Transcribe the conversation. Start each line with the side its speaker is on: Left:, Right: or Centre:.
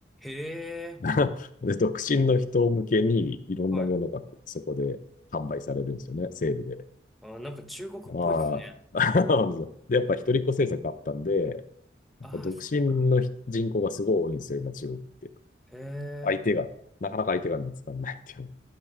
Centre: い。へえ。
Left: <laughs> で、独身の人向けに、いろんなものがこそこで販売されるんですよね、
Centre: はい。
Left: セールで。
Centre: あ、なんか中国っぽいですね。
Left: まあ、<laughs> そうなんですよ、でやっぱ一人っ子政策あったんで、やっぱ独身の人人口がすごい多いんですよ、
Centre: ああ、そっか。
Left: 今中国って。
Centre: へえ。
Left: 相手が、なかなか相手が見つからないっていう